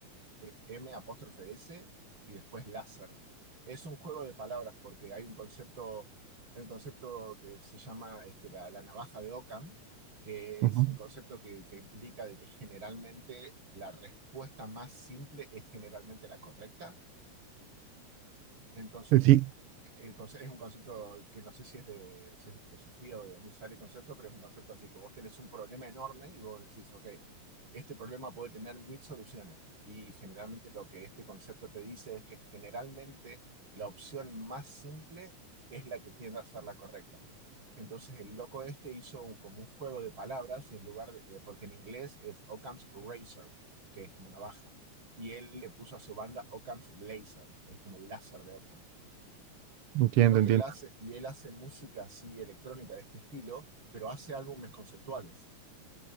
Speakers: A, on the right (about 40°); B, on the right (about 65°).
A: eh, M M apóstrofe S, y después láser. Es un juego de palabras porque hay un concepto, hay un concepto que se llama este, la, la navaja de Ockham, que
B: Ujú.
A: es un concepto que, que implica de que generalmente la respuesta más simple es generalmente la correcta entonces,
B: Eh, Sí,
A: el concepto es un concepto que no sé si es de, si es de filosofía o de dónde sale el concepto, pero es un concepto así, que vos tenés un problema enorme y vos decís, ok, este problema puede tener mil soluciones. Y generalmente lo que este concepto te dice es que generalmente la opción más simple es la que tiende a ser la correcta. Entonces el loco este hizo un- como un juego de palabras y en lugar de- eh, porque en inglés es Occam's Razor, que es como una baja y él le puso a su banda Occam's Laser, es como el láser de Occam.
B: entiendo,
A: Y lo que
B: entiendo.
A: él hace, y él hace música así electrónica de este estilo, pero hace álbumes conceptuales.